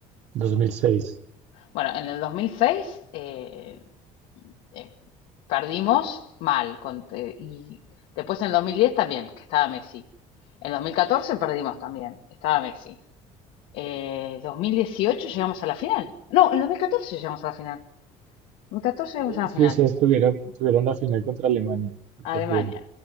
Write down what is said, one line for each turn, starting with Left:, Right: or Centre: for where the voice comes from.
Right: 2006.
Left: Bueno, en el 2006 eh, eh, perdimos mal con- eh, y después en el 2010 también, que estaba Messi. En el 2014 perdimos también, estaba Messi. Eh, 2018 llegamos a la final. No, en 2014 llegamos a la final. En 2014 llegamos
Right: Eh,
Left: a la
Right: Sí,
Left: final.
Right: o sea, tuvieron, tuvieron la final contra Alemania, y
Left: A
Right: perdieron.
Left: Alemania.